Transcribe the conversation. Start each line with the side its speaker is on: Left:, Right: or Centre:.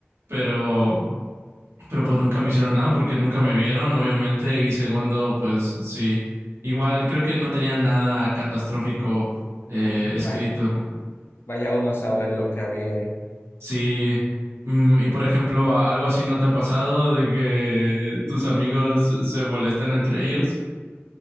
Right: pero, pero pues nunca me hicieron nada porque nunca me vieron, obviamente, y segundo, pues sí, igual creo que no tenían nada catastrófico eh,
Left: vaya,
Right: escrito.
Left: vaya uno a saber lo que había ahí.
Right: Sí, mm, y por ejemplo, a- algo así no te ha pasado de que tus amigos se molestan entre ellos.